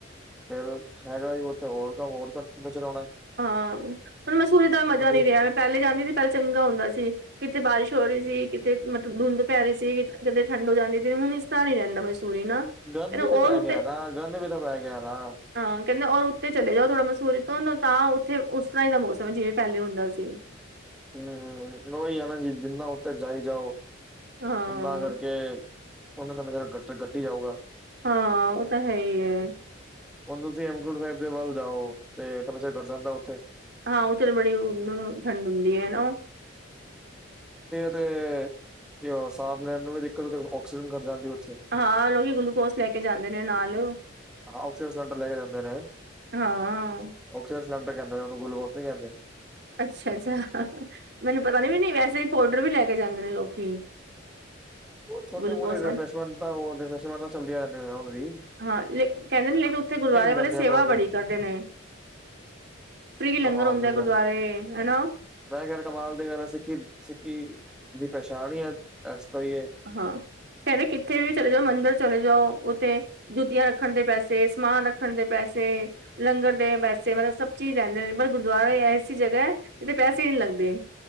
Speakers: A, in the centre; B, on the right (about 50°).
A: ਫੇਰ ਹੈਗਾ, ਉੱਥੇ ਹੋਰ ਕੰ ਹੋਰ, ਕਿੰਨਾ ਚਿਰ ਆਉਣਾ
B: ਹਾਂ, ਪਰ ਮਸੂਰੀ ਦਾ ਮਜ਼ਾ ਨਹੀਂ
A: ਹੈ
B: ਰਿਹਾ, ਪਹਿਲੇ ਜਾਂਦੀ ਸੀ, ਪਹਿਲੇ ਚੰਗਾ ਹੁੰਦਾ ਸੀ ਕਿਤੇ ਬਾਰਿਸ਼ ਹੋ ਰਹੀ ਸੀ, ਕਿਤੇ ਮਤਲਬ ਧੁੰਦ ਪੈ ਰਹੀ ਸੀ, ਕਿ ਕਿਤੇ ਠੰਡ ਹੋ ਜਾਂਦੀ ਸੀ, ਹੁਣ ਇਸ ਤਰ੍ਹਾਂ ਨਹੀਂ ਰਹਿੰਦਾ ਮਸੂਰੀ ਨਾ ਕਹਿੰਦੇ
A: ਗੰਦ ਵੀ ਤੇ
B: ਔਰ
A: ਪੈ
B: ਉੱਤੇ
A: ਗਿਆ ਨਾ, ਗੰਦ ਵੀ ਤੇ ਪੈ ਗਿਆ ਨਾ
B: ਹਾਂ, ਕਹਿੰਦੇ ਔਰ ਉੱਤੇ ਚਲੇ ਜਾਓ, ਥੋੜਾ ਮਸੂਰੀ ਤੋਂ ਤਾਂ ਉੱਥੇ ਤੇੇ ਉਸ ਤਰ੍ਹਾਂ ਹੀ ਦਾ ਮੌਸਮ ਹੈ, ਜਿਵੇਂ ਪਹਿਲੇ ਹੁੰਦਾ ਸੀ
A: ਹੂੰ ਹੂੰ, ਉਹੀ ਆ ਨਾ ਜੀ ਜਿੰਨਾ ਉੱਤੇੇ ਜਾਈ ਜਾਓ
B: ਹਾਂ
A: ਉਹਨਾਂ ਕਰਕੇ, ਉਹਨਾਂ ਦਾ ਮਤਲਬ ਗੱਟੀ ਜਾਊਗਾ
B: ਹਾਂ ਉਹ ਤਾਂ ਹੈ ਹੀ ਹੈ
A: ਹੁਣ ਤੁਸੀਂ, ਹੇਮਕੁਟ ਸਾਹਿਬ ਵੱਲ ਜਾਓ, ਤੇ ਮੈਂ ਫਿਰ <unintelligible> ਉੱਥੇ
B: ਹਾਂ ਉਥੇ ਤਾਂ ਬੜੀ, ਉਹ ਠੰਡ ਹੁੰਦੀ ਹੈ, ਨਾ
A: ਤੇ ਜੇ ਉਹ ਸਾਂਸ ਲੈਣ ਨੂੰ ਵੀ ਦਿੱਕਤ ਉਥੇ ਆਕਸੀਜਨ ਘਟ ਜਾਂਦੀ ਉੱਥੇ।
B: ਹਾਂ ਲੋਕੀ ਗਲੂਕੋਸ ਲੈ ਕੇ ਜਾਂਦੇ ਨੇ ਨਾਲ।
A: ਹਾਂ ਆਕਸੀਜਨ ਸਿਲੰਡਰ ਲੈ ਕੇ ਜਾਂਦੇ ਨੇ,
B: ਹਾਂ
A: ਆਕਸੀਜਨ ਸਿਲੰਡਰ ਕਹਿੰਦੇ ਨੇ ਉਹਨੂੰ ਗੁਲੂਕੋਸ ਨੀ ਕਹਿੰਦੇ।
B: ਅੱਛਾ-ਅੱਛਾ, ਮੈਨੂੰ ਪਤਾ ਨੀ ਵੈਸੇ ਪਾਊਡਰ ਵੀ ਲੈ ਕੇ ਜਾਂਦੇ ਨੇ ਲੋਕੀ। <inaudible>
A: ਉਹ ਛੋਟੀ-ਮੋਟੀ
B: ਗਲੂਕੋਸ
A: ਰਿਫਰੈਸ਼ਮੈਂਟ
B: ਵਾਲ
A: ਤਾਂ ਉਹ ਰਿਫਰੈਸ਼ਮੈਂਟ ਤਾਂ ਚੱਲਦੀਆ ਰਹਿੰਦੀਆਂ ਉਹ ਵੀ।
B: ਹਾਂ, ਲੇ ਕਹਿੰਦੇ ਨੇ ਲੇਕਿਨ ਉੱਥੇ ਗੁਰਦੁਆਰੇ ਵਾਲੇ
A: ਕਰਨੇ ਆਂਦਾ
B: ਸੇਵਾ
A: ਉਹਦੇ
B: ਬੜੀ ਕਰਦੇ ਨੇ। ਫਰੀ ਲੰਗਰ
A: ਕਮਾਲ
B: ਹੁੰਦਾ
A: ਦੀ
B: ਗੁਰਦਆਰੇ
A: ਗੱਲ ਆ।
B: ਹੈਨਾ।
A: ਮੈਂ ਕਹਿ ਰਿਹਾ ਕਮਾਲ ਦੀ ਗੱਲ ਸਿੱਖੀ, ਸਿੱਖੀ, ਦੀ ਪਛਾਣ ਹੀ, ਇਸ ਤੋ ਈ ਏ।
B: ਹਾਂ, ਕਹਿੰਦੇ ਕਿੱਥੇ ਵੀ ਚਲੇ ਜਾਓ ਮੰਦਿਰ ਚਲੇ ਜਾਓ ਉੱਥੇ ਜੁੱਤੀਆਂ ਰੱਖਣ ਦੇ ਪੈਸੇ, ਸਮਾਨ ਰੱਖਣ ਦੇ ਪੈਸੇ, ਲੰਗਰ ਦੇ ਪੈਸੇ ਮਤਲਬ ਸਭ ਚੀਜ਼ ਲੈਦੇ ਨੇ। ਪਰ ਗੁਰਦੁਆਰਾ ਐਸੀ ਜਗ੍ਹਾ, ਜਿੱਥੇ ਪੈਸੇ ਨੀ ਲੱਗਦੇ।